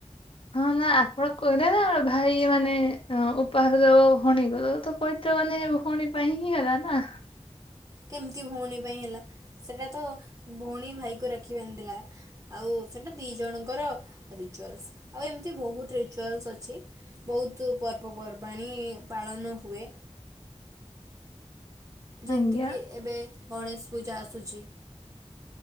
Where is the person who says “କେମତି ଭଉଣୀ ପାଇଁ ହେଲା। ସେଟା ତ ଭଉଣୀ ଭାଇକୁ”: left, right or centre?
Right